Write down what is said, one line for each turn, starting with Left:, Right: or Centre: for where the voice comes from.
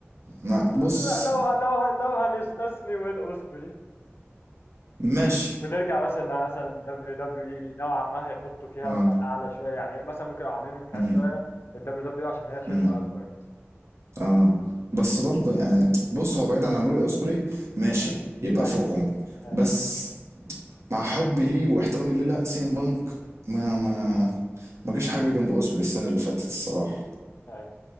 Right: ما
Left: آه،
Right: بص
Left: لا لو ه... لو ه... لو هنستثني ويل اوسبري
Right: ماشي
Left: ونرجع مثلا إنها مثلا دبليو دبليو اي نوعا ما هيحطوا فيها
Right: اه
Left: مثلا اعلى شويه يعني مثلا ممكن يبقوا عاملين انحياز
Right: مم،
Left: شويه للدبليو دبليو اي عشان هي شركه
Right: مم،
Left: اكبر مثلا
Right: اه بس
Left: بس
Right: برضه يعني بص هو بعيدا
Left: <laughs>
Right: عن روي اوسبري ماشي
Left: ايوه
Right: يبقى
Left: ايوه
Right: فوقهم
Left: ايوه
Right: بس مع حبي ليه واحترامي ليه لا سي ام بانك ما ما ما جاش حاجه جنب اوسبري السنه اللي فاتت الصراحه
Left: أيوة.